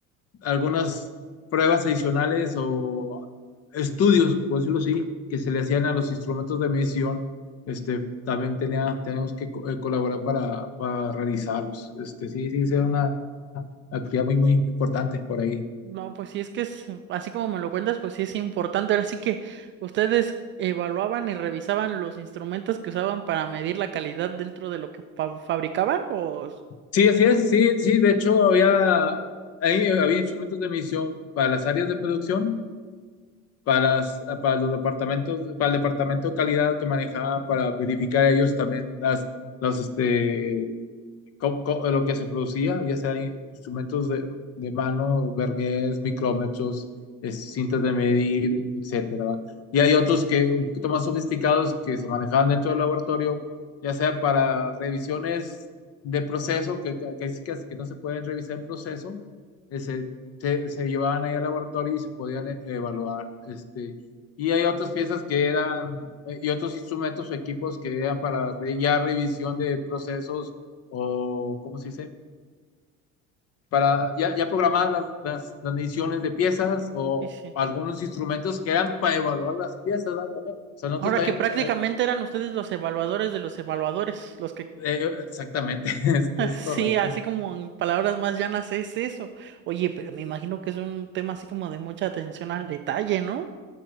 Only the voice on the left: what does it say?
algunas pruebas adicionales o estudios, por decirlo así, que se le hacían a los instrumentos de medición, este, también tenía, tenemos que co- eh, colaborar para, para realizarlos. Este, sí, sí, sí, era una actividad muy, muy importante por ahí.
Sí, así es, sí, sí, de hecho había, ahí había instrumentos de medición para las áreas de producción, para, las, para los departamentos, para el departamento de calidad que manejaba para verificar ellos también las, las, este, co- co- lo que se producía, ya sea instrumentos de, de mano, verniers, micrómetros, es- cintas de medir, etcétera. ¿va? Y hay otros que un poquito más sofisticados que se manejaban dentro del laboratorio, ya sea para revisiones de proceso, que, que, que, sí que que no se pueden revisar en proceso, eh, se, se, se llevaban ahí al laboratorio y se podían eh, evaluar, este. Y hay otras piezas que eran, eh, y otros instrumentos o equipos que eran para re- ya revisión de procesos o ¿cómo se dice? Para ya, ya programadas las, las, las mediciones de piezas o
algunos instrumentos que eran para evaluar las piezas, ¿verdad? También. O sea, nosotros
también,
eh,
eh, exactamente, <laughs> es,
es,
correcto.